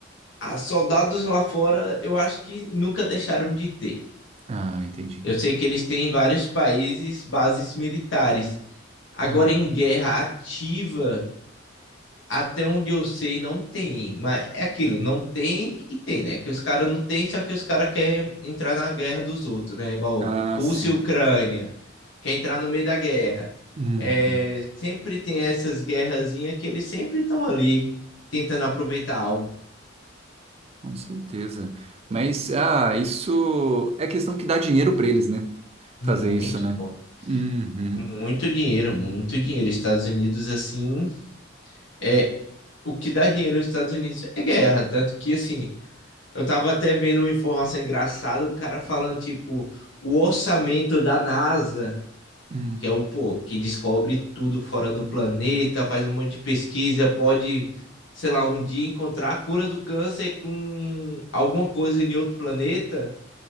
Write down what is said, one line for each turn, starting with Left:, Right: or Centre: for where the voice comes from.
Left: Ah, soldados lá fora, eu acho que nunca deixaram de ter.
Right: Ah, entendi.
Left: Eu sei que eles têm em vários países bases militares. Agora,
Right: Uhum.
Left: em guerra ativa, até onde eu sei, não tem. Mas é aquilo, não tem e tem, né? Que os caras não tem, só que os caras querem entrar na guerra dos outros, né? Igual
Right: Ah,
Left: Rússia
Right: sim.
Left: e Ucrânia, quer entrar no meio da guerra.
Right: Uhum.
Left: É, sempre tem essas guerrazinhas que eles sempre estão ali tentando aproveitar algo.
Right: Com certeza. Mas, ah, isso é questão que dá dinheiro pra eles, né?
Left: Muito,
Right: Fazer isso, né?
Left: pô.
Right: Uhum.
Left: Muito dinheiro, muito dinheiro. Estados Unidos, assim, é o que dá dinheiro nos Estados Unidos é guerra. Tanto que, assim, eu tava até vendo uma informação engraçada, um cara falando, tipo, o orçamento da NASA,
Right: Hum.
Left: que é o, pô, que descobre tudo fora do planeta, faz um monte de pesquisa, pode, sei lá, um dia encontrar a cura do câncer com alguma coisa em outro planeta.